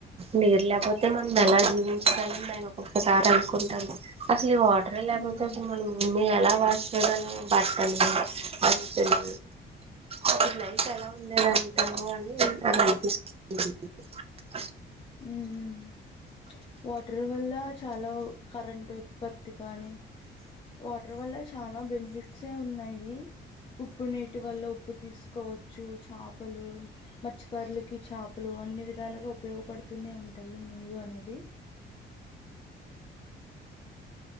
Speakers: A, on the right; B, on the left.
A: నీర్ లేకపోతే మనం ఎలా జీవించగలం మ్యాయో ఒకసారి అనుకుంటాను ఈ వాటర్ లేకపోతే
B: ఉమ్
A: మనం మేము ఎలా వాష్ చేయగలము. బట్టలు అంచులు అప్పటి లైఫ్ ఎలా ఉండేది అంటాము అని అనిపిస్తూ మ్
B: మ్ మ్ వాటర్ వల్ల చాలా కరెంటు ఉత్పత్తి కానీ వాటర్ వల్ల చాలా బెనిఫిట్సే ఉన్నాయి. ఉప్పు నీటి వల్ల ఉప్పు తీసుకోవచ్చు చేపలు మత్స్యకారులకి చేపలు అన్ని విధాలుగా ఉపయోగపడుతూనే ఉంటాయి నీరు అనేది.